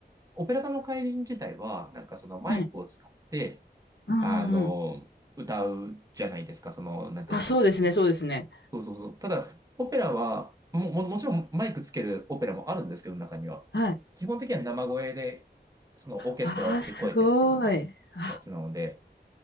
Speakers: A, on the right; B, on the left.
A: オペラ座の怪人自体は、なんかそのマイクを使って、
B: はい。うん、
A: あの、
B: うんうん。
A: 歌うじゃないですか、その、なんていうんですか。
B: あ、そうですね、そうですね。
A: そうそうそう。ただ、オペラは、も、も、もちろんマイクつけるオペラもあるんですけど、中には。
B: はい。
A: 基本的には生声で、そのオーケストラを飛び越えてっていうのが、
B: ああ、すごい。あ、
A: やつなので、